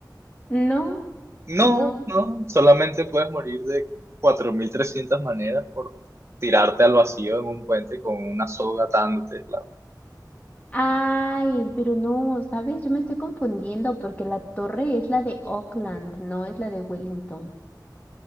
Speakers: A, on the left; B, on the right.
A: No,
B: No,
A: no.
B: no, solamente puedes morir de 4.300 maneras por tirarte al vacío en un puente con una soga atándote, claro.
A: Ay, pero no, ¿sabes? Yo me estoy confundiendo porque la torre es la de Auckland, no es la de Wellington.